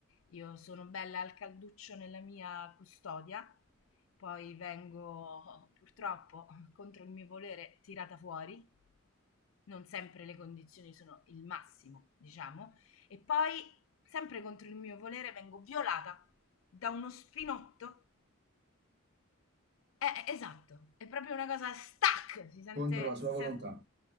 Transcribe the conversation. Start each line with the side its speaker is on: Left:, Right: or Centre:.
Left: io sono bella al calduccio nella mia custodia, poi vengo purtroppo, contro il mio volere, tirata fuori, non sempre le condizioni sono il massimo, diciamo, e poi sempre contro il mio volere vengo violata da uno spinotto eh, eh, esatto, è proprio una cosa stack, si sente,
Right: Contro la sua
Left: si
Right: volontà.
Left: sente